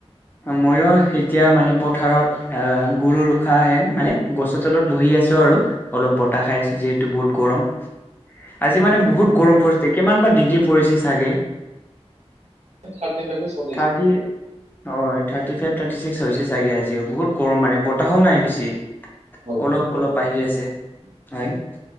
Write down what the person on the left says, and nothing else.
ময় এতিয়া মানে পথাৰত গৰু ৰখাহ হেন মানে গছৰ তলত বহি আছো আৰু। অলপ বতাহ খাই আছো যিহেতু বহুত গৰম আজি মানে বহুত গৰম পৰিছে কিমান বা ডিগ্ৰী পৰিছে চাগে
থাৰ্টি হয় থাৰ্টি ফাইভ থাৰ্টি ছিক্স হৈছে চাগে আজিও বহুত গৰম মানে বতাহও নাই বেছি
অলপ অলপ আহি আছে হয়